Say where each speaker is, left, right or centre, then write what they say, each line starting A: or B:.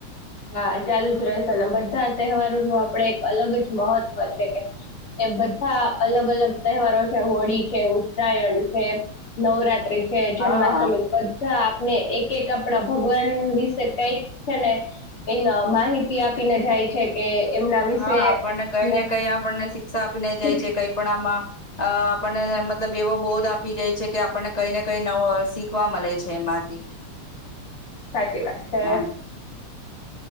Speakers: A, on the left; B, on the left.
A: હા, ચાલુ જ રહેશે અને બધા તહેવારોનું આપડે એક અલગ જ મહત્વ છે કે એ બધા અલગ-અલગ તહેવારો છે, હોળી છે, ઉત્તરાયણ છે, નવરાત્રી કે જન્માષ્ટમી
B: હા
A: ધા આપણે એક-એક આપડા ભગવાન વિશે કઈક છે ને એ માહિતી આપીને જાય છે. કે એમના વિશે
B: હન,
A: આપને
B: આપડને કઈ ને કઈ આપણને શિક્ષા આપીને
A: શીખ
B: જાય છે કઈ પણ આમાં અ આપડને મતલબ એવો બોધ આપી જાય છે કે આપડને કઈ ને કઈ નવ શીખવા મલે છે એમાંથી.
A: સાચી વાત છે.
B: એમ